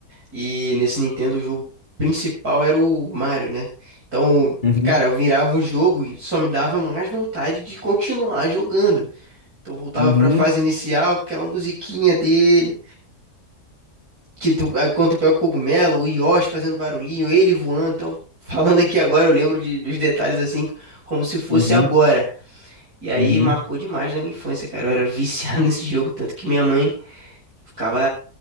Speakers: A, on the right; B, on the left.
A: E nesse Nintendo o jogo principal era o Mario, né? Então,
B: Uhum,
A: cara, eu virava o jogo e só me dava mais vontade de continuar jogando. Então voltava
B: uhum,
A: pra fase inicial, com aquela musiquinha dele, que do, aí quando tu pega o cogumelo, o Yoshi fazendo barulhinho, ele voando. Então, <laughs> falando aqui agora, eu lembro de- dos detalhes assim, como se fosse
B: uhum,
A: agora. E aí
B: uhum,
A: marcou demais na minha infância, cara. Eu era viciado <laughs> nesse jogo, tanto que minha mãe ficava